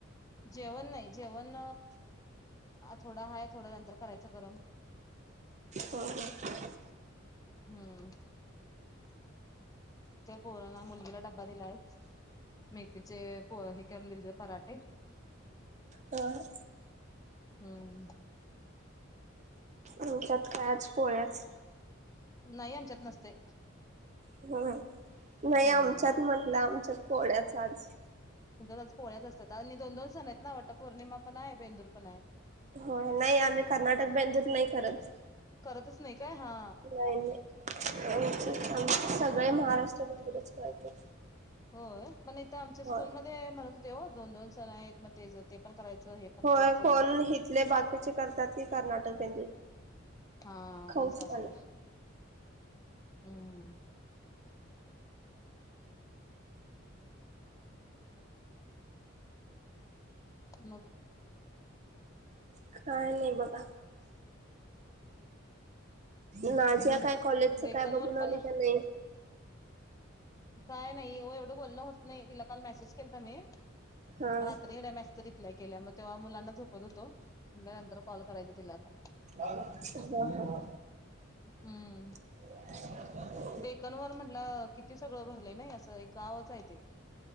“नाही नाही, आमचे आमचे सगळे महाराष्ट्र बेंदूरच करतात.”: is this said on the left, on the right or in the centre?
Right